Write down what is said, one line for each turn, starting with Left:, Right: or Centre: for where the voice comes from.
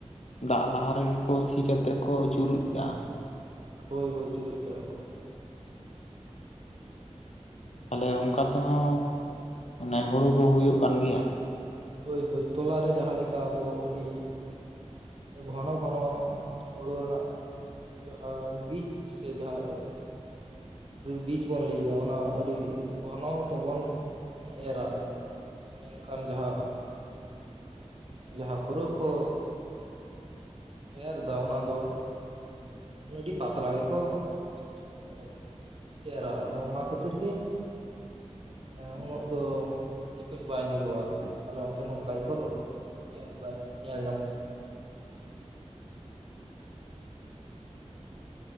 Left: ᱫᱟᱜ ᱞᱟᱦᱟ ᱨᱮᱜᱮ ᱠᱚ ᱥᱤ ᱠᱮᱛᱮᱫ ᱠᱚ ᱪᱩᱨᱩᱡ ᱠᱟᱜᱟ᱾
Right: ᱦᱳᱭ ᱦᱳᱭ ᱪᱩᱨᱩᱡ ᱠᱟᱜᱟ ᱠᱚ᱾
Left: ᱛᱟᱞᱦᱮ ᱚᱝᱠᱟ ᱛᱮᱦᱚᱸ ᱢᱟᱱᱮ ᱦᱩᱲᱩ ᱠᱚ ᱦᱩᱭᱩᱜ ᱠᱟᱱ ᱜᱮᱭᱟ?
Right: ᱦᱳᱭ ᱦᱳᱭ ᱛᱚᱞᱟ ᱨᱮ ᱡᱟᱦᱟᱸ ᱞᱮᱠᱟ ᱟᱵᱚ ᱟᱹᱰᱤ ᱜᱷᱚᱱᱚ ᱜᱷᱚᱱᱚ ᱢᱟᱱᱮ ᱦᱩᱲᱩ ᱨᱮᱱᱟᱜ ᱡᱟᱦᱟᱸ ᱵᱤᱪ ᱥᱮ ᱡᱟᱦᱟᱸ ᱵᱤᱪ ᱵᱚᱱ ᱞᱟᱹᱭ ᱫᱟ ᱚᱱᱟ ᱟᱹᱰᱤ ᱜᱷᱚᱱᱚ ᱛᱮᱵᱚᱱ ᱮᱨᱟ ᱮᱱᱠᱷᱟᱱ ᱡᱟᱦᱟᱸ ᱡᱟᱦᱟᱸ ᱦᱳᱲᱳ ᱠᱚ ᱮᱨᱫᱟ ᱚᱱᱟ ᱫᱚ ᱟᱹᱰᱤ ᱯᱟᱛᱞᱟ ᱜᱮᱠᱚ <unintelligible> ᱮᱨᱟ ᱟᱫᱚ ᱚᱱᱟ ᱠᱷᱟᱹᱛᱤᱨ ᱜᱮ ᱮᱸ ᱩᱱᱟᱹᱜ ᱫᱚ ᱮᱯᱷᱮᱠᱴ ᱵᱟᱭ ᱧᱩᱨᱩᱜ-ᱟ ᱟᱨᱠᱤ, ᱟᱞᱮ ᱚᱱᱛᱮ ᱱᱚᱝᱠᱟ ᱜᱮᱠᱚ ᱨᱚ ᱮᱨᱫᱟ ᱧᱮᱞ ᱧᱟᱢᱚᱜ ᱠᱟᱱᱟ᱾